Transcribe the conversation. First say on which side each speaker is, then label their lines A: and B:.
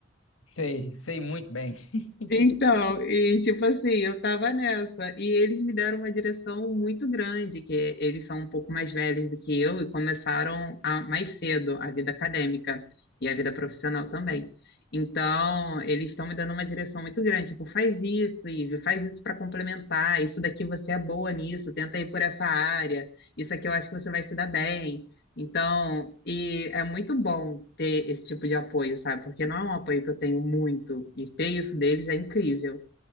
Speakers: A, on the left; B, on the left.
A: Sei, sei muito bem. <laughs>
B: Então, e tipo assim, eu tava nessa, e eles me deram uma direção muito grande, que eles são um pouco mais velhos do que eu e começaram a, mais cedo a vida acadêmica e a vida profissional também. Então, eles estão me dando uma direção muito grande, tipo, faz isso, Ive, faz isso para complementar, isso daqui você é boa nisso, tenta ir por essa área, isso aqui eu acho que você vai se dar bem. Então, e é muito bom ter esse tipo de apoio, sabe? Porque não é um apoio que eu tenho muito, e ter isso deles é incrível.